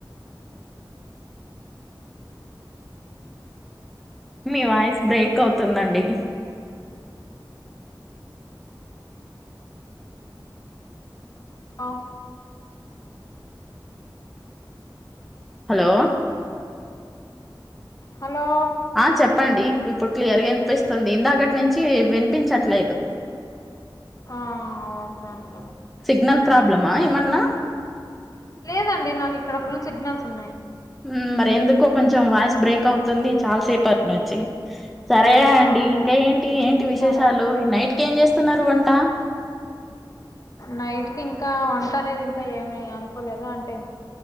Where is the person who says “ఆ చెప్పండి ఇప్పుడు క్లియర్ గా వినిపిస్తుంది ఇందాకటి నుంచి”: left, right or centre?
Centre